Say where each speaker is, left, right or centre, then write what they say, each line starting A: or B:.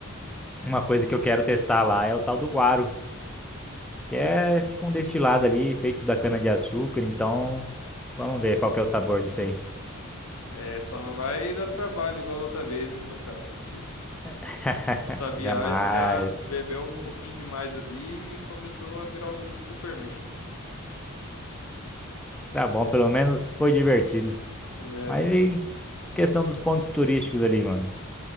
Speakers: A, in the centre; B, on the left (about 80°).
A: Uma coisa que eu quero testar lá é o tal do guaro, que é tipo um destilado ali feito da cana-de-açúcar. Então, vamos ver qual que é o sabor disso aí.
B: É, só não vai dar trabalho igual da outra vez, né, meu chapa?
A: <laughs>
B: Na outra viagem
A: Jamais.
B: já bebeu um pouquinho demais ali e começou a virar o Superman.
A: Tá bom, pelo menos foi divertido.
B: Não É,
A: Mas
B: né?
A: e questão dos pontos turísticos ali, mano?